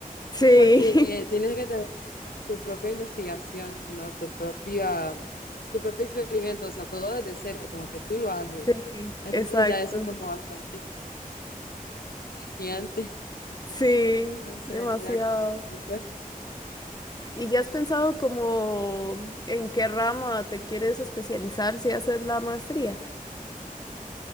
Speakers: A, on the left; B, on the left.
A: Sí,
B: Porque
A: <laughs>
B: tienes que tener tu propia investigación, ¿no? Tu propia, tu propio experimento, o sea, todo desde cero, como que tú lo haces.
A: Sí,
B: Entonces
A: exacto.
B: ya eso es como bastante <laughs> desafiante.
A: Sí,
B: No sé,
A: demasiado.
B: mira, ahorita-
A: ¿Y ya has pensado como en qué rama te quieres especializar si haces la maestría?